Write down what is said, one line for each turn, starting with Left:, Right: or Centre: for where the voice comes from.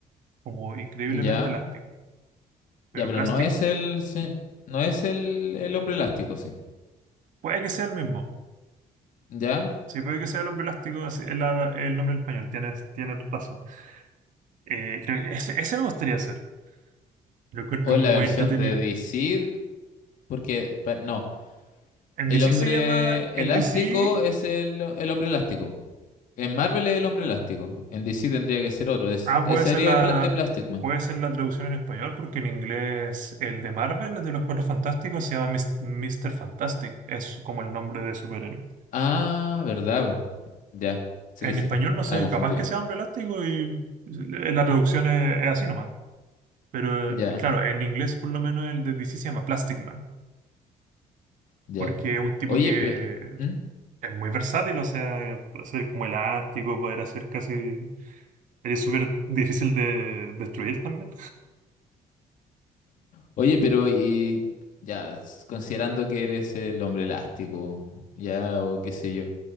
Right: como increíblemente
Left: ya?
Right: elástico. Pero
Left: Ya, pero
Right: Plastic
Left: no es el, se- no es el, el hombre elástico, sí.
Right: puede que sea el mismo.
Left: ¿Ya?
Right: Sí, puede que sea el hombre elástico, así es la- el nombre en español, tienes, tienes razón. Eh, creo que ese, ese me gustaría hacer. Lo encuentro
Left: O
Right: muy
Left: es la versión
Right: entretenido.
Left: de DC, porque pa- no,
Right: En
Left: el
Right: DC
Left: hombre
Right: se llama en
Left: elástico
Right: DC.
Left: es el, el hombre elástico. En Marvel es el hombre elástico, en DC tendría que ser otro, es,
Right: Ah,
Left: es-
Right: puede
Left: sería
Right: ser la,
Left: de, pla- de Plastic Man.
Right: puede ser la traducción en español, porque en inglés el de Marvel, el de los Cuatro Fantásticos, se llama Mis- Mr. Fantastic. Es como el nombre de superhéroe.
Left: Ah, verdad, po. Ya, sí,
Right: En
Left: sí,
Right: español no sé,
Left: estaba confundido.
Right: capaz que sea Hombre Elástico y la traducción es, es así nomás. Pero
Left: Ya,
Right: eh, claro, en inglés por lo menos el de DC se llama Plastic Man,
Left: ya.
Right: porque es un tipo
Left: Oye,
Right: que
Left: pe- ¿Mm?
Right: es muy versátil, o sea, puede ser como elástico, poder hacer casi Eres súper difícil de destruir también.
Left: Oye, pero y ya, s- considerando que eres el hombre elástico, ya, o qué sé yo.